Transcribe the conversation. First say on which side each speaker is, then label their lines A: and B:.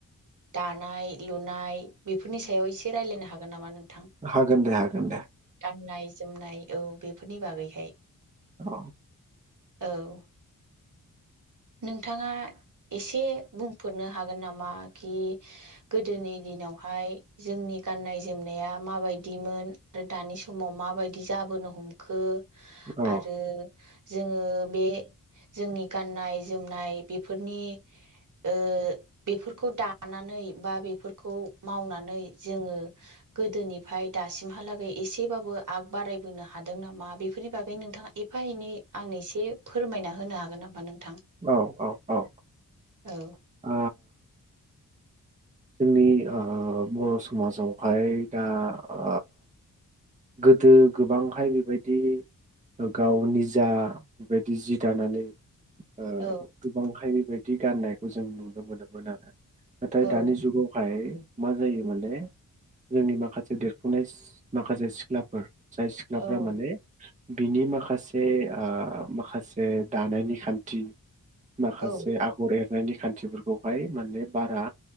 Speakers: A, on the right; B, on the right.
A: दानाय लुनाय बेफोरनि सायाव एसे रायलायनो हागोन नामा नों
B: हागोन दे हागोन दे।
A: गाननाय जोमनाय औ बेफोरनि बागैहाय।
B: औ।
A: औ। नोंथाङा एसे बुंफोरनो हागोन नामा कि? गोदोनि दिनावहाय जोंनि गाननाय जोमनाया मा बायदिमोन आरो दानि समाव माबायदि जाबोनो हमखो।
B: औ
A: आरो जोङो बे जोंनि गाननाय जोमनाय बेफोरनि ओ बेफोरखौ दानानै बा बेफोरखौ मावनानै जोङो गोदोनिफ्राय दासिमहालागै एसेबाबो आग बारायबोनो हादों नामा बेफोरनि बागै नोंथाङा ए एफा एनै आंनो एसे फोरमायना होनो हागोन नामा नोंथां?
B: औ औ औ औ
A: औ
B: ओ जोंनि ओ बर' समाजावहाय दा ओ गोदो गोबांहाय बेबायदि गाव निजा बायदि जि दानानै ओ
A: औ
B: गोबांहाय बेबायदि गाननायखौ जों नुनो मोनोमोन आरो ना
A: औ
B: दानि जुगावहाय मा जायो माने जोंनि माखासे देरफुनाय माखासे सिख्लाफोर जाय सिख्लाफ्रा
A: औ
B: माने बिनि माखासे ओ माखासे दानायनि खान्थि माखासे
A: औ
B: आगर एरनायनि खान्थिफोरखौहाय माने बारा